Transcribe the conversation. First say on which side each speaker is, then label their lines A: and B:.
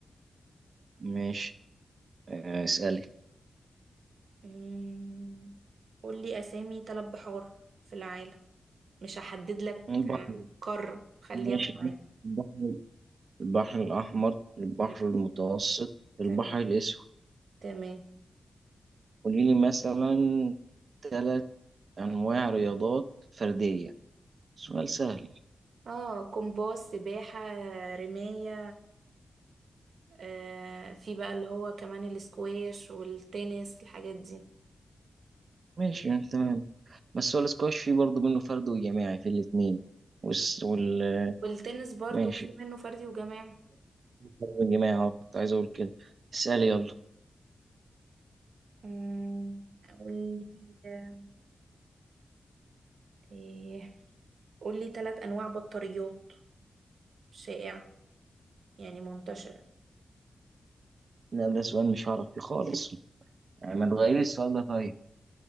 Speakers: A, on the right; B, on the right.
A: ماشي آه، اسالي
B: مم. قولي أسامي ثلاث بحار في العالم مش هحدد لك
A: البحر
B: آه، قارة خليها
A: ماشي
B: في العالم
A: البحر البحر الاحمر البحر
B: مم.
A: المتوسط البحر
B: تمام
A: الاسود
B: تمام
A: قولي لي مثلا ثلاث انواع رياضات فرديه سؤال سهل
B: اه كومباس سباحة رماية آه، في بقى اللي هو كمان الاسكواش والتنس الحاجات دي
A: ماشي تمام بس هو الاسكواش فيه برضه منه فرد وجماعي في الاثنين وال
B: والتنس برضو
A: ماشي
B: في منه فردي وجماعي
A: يا جماعة أهو، كنت عايز أقول كده اسألي يلا
B: أمم، قولي آه، إيه قولي ثلاث أنواع بطاريات شائعة يعني منتشرة
A: لا ده سؤال مش هعرف فيه خالص يعني ما تغيري السؤال ده طيب